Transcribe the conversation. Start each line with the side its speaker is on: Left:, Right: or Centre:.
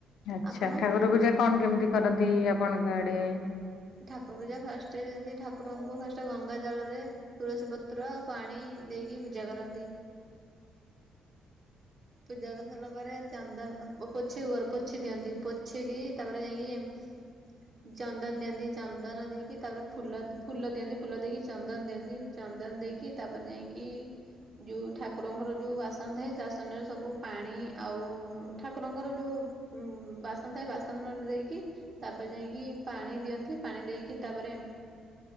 Left: ଆଛା
Right: ଆପଣ?
Left: ଠାକୁର ପୂଜା କଣ କେମିତି କରନ୍ତି ଆପଣଙ୍କ ଆଡେ?
Right: ଠାକୁର ପୂଜା ଫାଷ୍ଟ ଯେମିତି ଠାକୁରଙ୍କୁ ଫାଷ୍ଟ ଗଙ୍ଗା ଜଳ ରେ ତୁଳସୀ ପତ୍ର ଆଉ ପାଣି ଦେଇକି ପୂଜା କରନ୍ତି। ପୂଜା କରିସାରିଲା ପରେ ଚନ୍ଦନ ପୋଛି ପୋଛି ଦିଅନ୍ତି ପୋଛିକି ତାପରେ ଯାଇକି ହଁଁ। <inaudible> ଚନ୍ଦନ ଦିଅନ୍ତି ଚନ୍ଦନ ଦେଇକି ତାପରେ ଫୁଲ ଫୁଲ ଦିଅନ୍ତି ଫୁଲ ଦେଇକି ଚନ୍ଦନ ଦିଅନ୍ତି ଚନ୍ଦନ ଦେଇକି ତାପରେ ଯାଇକି ଯୋଉ ଠାକୁରଙ୍କର ଯୋଉ ବାସନ ଥାଏ ବାସନରେ ସବୁ ପାଣି ଆଉ ଠାକୁରଙ୍କର ଯୋଉ ବାସନ ଥାଏ ବାସନରେ ଦେଇକି। ତାପରେ ଯାଇକି ପାଣି ଦିଅନ୍ତି ପାଣି ଦେଇକି ତାପରେ